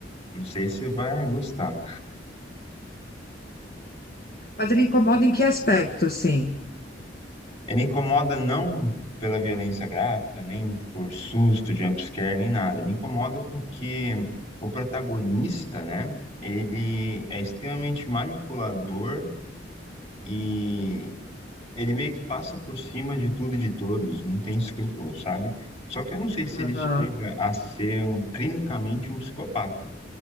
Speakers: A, on the left (about 35°); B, on the left (about 50°).
A: não sei se você vai gostar.
B: Mas ele incomoda em que aspecto, assim?
A: Ele incomoda não pela violência gráfica, nem por susto, jumpscare, nem nada. Ele incomoda porque o protagonista, né, ele é extremamente manipulador, e Ele meio que passa por cima de tudo e de todos, não tem escrúpulo, sabe? Só que eu não sei se
B: Aham.
A: ele chega a ser um- clinicamente um psicopata.